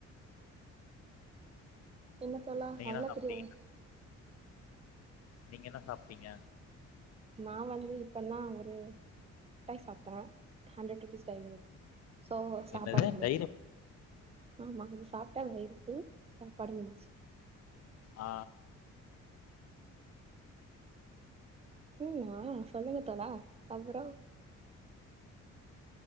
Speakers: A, on the right; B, on the left.
A: என்ன தோழா
B: நீங்க
A: அவ்ளோ
B: என்ன சாப்பிட்டீங்க?
A: தெரியாது
B: நீங்க என்ன சாப்ட்டீங்க
A: நா வந்து இப்பல்லா ஒரு ட்டாய் சாப்ட்டோ ஹண்ட்ரட் ருபீஸ் டைரிமில்க் சோ சாப்பாடு
B: என்னது
A: முடிஞ்
B: டைரி
A: ஆமா அது சாப்ட்டா வயிருப்பு சாப்பாடு முடிஞ்
B: ஆ
A: ம் ஆ சொல்லுங்க தோழா அப்புறோ